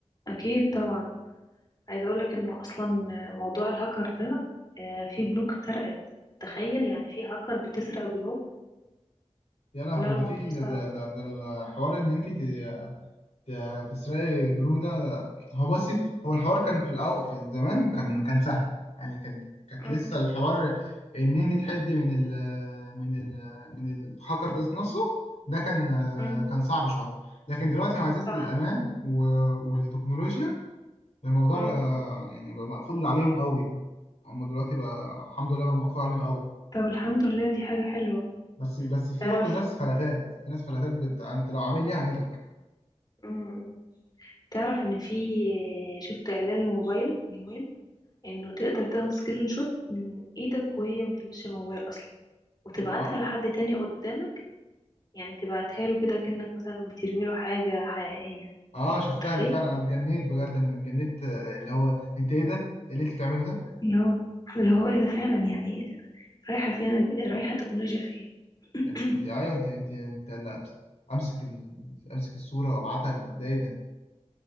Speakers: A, on the left (about 35°); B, on the left (about 75°).
A: اكيد طبعا عايزة اقولك انه اصلا موضوع الهاكر ده آه، في بنوك اتسرقت تخيل يعني في هاكر بتسرق بنوك
B: يا لهوي
A: لا الموضوع
B: ده في ده
A: صعب
B: ده, ده, ده الحوار ان انت ت- ت- تسرقي بنوك ده هو بصي هو الحوار كان في الأول في زمان كان كان سهل يعني كان كانت
A: امم
B: لسه الحوار ان انت تحدي من ال من ال من الهاكر ده نفسه ده كان
A: امم
B: كان صعب شوية لكن دلوقتي مع زيادة
A: صح
B: الأمان و- والتكنولوجيا الموضوع
A: امم
B: بقى يعني بقى مقفول عليهم قوي هم دلوقتي بقى الحمد لله بقى مقفول عليهم قوي
A: طب الحمد لله دي حاجة حلوة
B: بس بس في
A: تعرف
B: برضه ناس فلاتات في ناس فلاتات بت... انت لو عامل ليه هجيبك
A: امم تعرف ان في آه، شفت اعلان لموبايل من يومين انه تقدر تاخد سكرين شوت من ايدك وهي ما تلمسش الموبايل اصلا وتبعتها
B: اللي هو-
A: لحد تاني قدامك يعني تبعتها له كده كأنك مثلا بترمي له حاجة حقيقية
B: اه شفتها
A: متخيل
B: دي فعلا انا اتجنيت بجد انا اتجنيت آه، اللي هو انت ايه ده؟ ايه اللي انت بتعمله ده؟
A: اللي هو اللي هو ايه ده فعلا يعني رايحة فين رايحة التكنولوجيا فين <clears throat>
B: انت انت ايوه انت انت انت لا امسك ال... امسك الصوره وابعتها ل- ده ايه ده؟